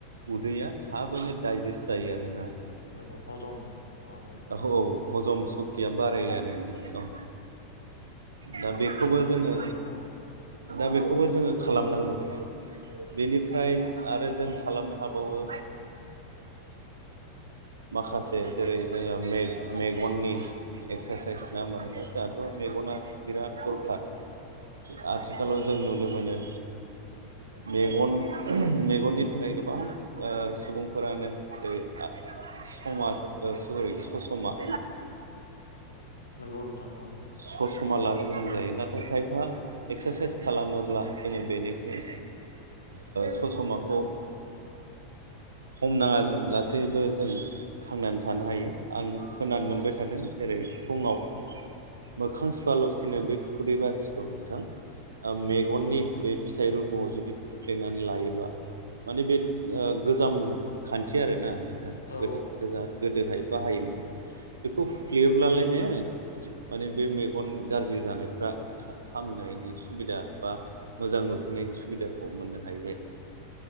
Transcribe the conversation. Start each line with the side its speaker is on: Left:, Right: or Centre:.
Right: उदैया थाबैनो दडाइजेस्ट जायो आरोना
Left: नंगौ हजम मा होनो
Right: औ हजम सक्तिया बारायो आरो नोंङ औ दा बेखौबो जोङो
Left: नंगौ नंगौ
Right: दा बेखौबो जोङो खालामनांगौ। बेनिफ्राय आरो जों खालामनो हाबावो। माखासे जेरै जोङो मेगननि एक्सारसाइस ना होमबानो दा जोंहाथ' मेगना बिराद दरखार। आथिखालाव
Left: नंगौ
Right: जों नुनो मोनो। मेगन मेगननि थाखाय गोबां सुबुंफोरानो जेरै समाज सरि ससमा
Left: नंगौ नोंथां औ
Right: ससा लानो गोनां जायो नाथाय खायफा एक्सारसाइस खालामोब्ला जोङो बेनिखुइ ससमाखौ हमना लासेैबो जों थांनानै थानो हायो आं खोनानो
Left: नंगौ
Right: मोनबाय थादों जेरै फुङाव मोखां सुवाल'सिनो बे खुदै बासिखौ नोंथां मेगननि
Left: औ
Right: बै फिथाइ रुगुआव जुदि फुफ्लेनानै लायोबा माने बे गोजाम खान्थि आरोना नोंथां
Left: औ
Right: गोदो गोा गोदोहाय बाहायोमोन। बेखौ
Left: नंगौ
Right: फुफ्लेयोब्लालाय ने माने बे मेगन गाज्रि जानायफ्रा थाब हामनायनि सुबिदा बा मोजां नुफिननायनि सुबिदाखौ मोननो हायै जादों।